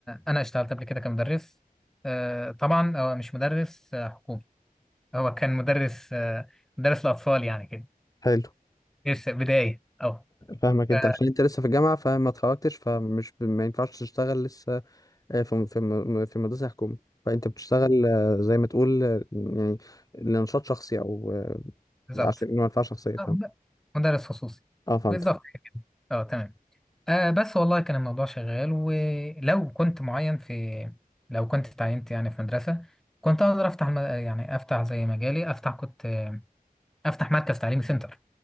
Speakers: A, in the centre; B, on the left.
A: انا اشتغلت قبل كده كمدرس آه، طبعا هو مش مدرس آه، حكومي هو كان مدرس آه، مدرس لاطفال يعني كده
B: حلو
A: لسه بدايه اه
B: فاهمك انت
A: آه،
B: عشان انت لسه في الجامعة فما اتخرجتش فمش ما ينفعش تشتغل لسه آه، في في م- في مدرسة حكومة فانت بتشتغل آه، زي ما تقول آه، يعني لنشاط شخصي او آه،
A: بالظبط
B: عشان منفعة شخصية فاهم
A: آه، ب- مدرس خصوصي
B: اه فهمتك
A: بالظبط كده. اه تمام آه بس والله كان الموضوع شغال ولو كنت معين في لو كنت اتعينت يعني في مدرسه كنت اقدر افتح الم- يعني افتح زي مجالي افتح كنت آه، افتح مركز تعليمي سنتر